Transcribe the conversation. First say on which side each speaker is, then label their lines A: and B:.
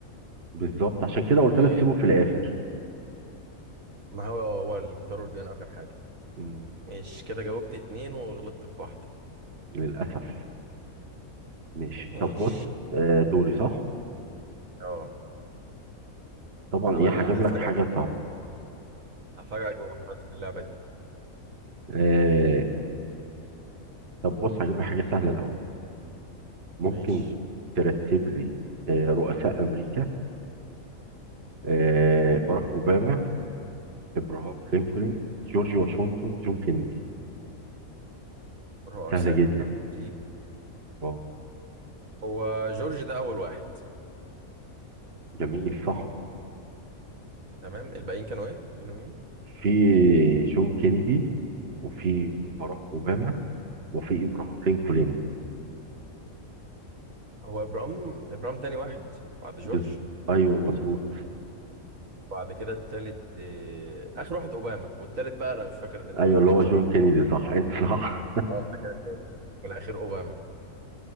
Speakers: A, on the right; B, on the right.
A: بالظبط عشان كده قلت
B: وما
A: لك سيبه في الآخر
B: هو هو الجيتار والبيانو اخر حاجة
A: مم.
B: مش كده جاوبت اتنين وغلطت في واحدة
A: للأسف ماشي
B: مش
A: طب بص آه، دوري صح؟
B: اه
A: طبعا
B: انا
A: إيه هجيب لك
B: هفاجئك
A: حاجة صعبة
B: هفاجئك بمهاراتي في اللعبة دي
A: آه، طب بص هجيب لك حاجة سهلة الأول ممكن
B: ماشي
A: ترتب لي آه، رؤساء امريكا آه، باراك اوباما ابراهام لينكولن جورج واشنطن جون كينيدي
B: رؤساء
A: سهله جدا
B: امريكا
A: اه
B: هو جورج ده اول واحد
A: جميل صح
B: تمام الباقيين كانوا ايه مين ومين
A: في جون كينيدي وفي باراك اوباما وفي ابراهام لينكولن
B: هو ابرام ابرام تاني واحد بعد جورج
A: بز... ايوه مظبوط
B: وبعد كده التالت آه، اخر واحد اوباما والتالت بقى انا مش فاكر اللي انت
A: ايوه
B: قلت
A: اللي
B: ايه
A: هو
B: بصراحه
A: جون كينيدي صح <laughs> انت صح
B: اه ده كده التالت والاخير اوباما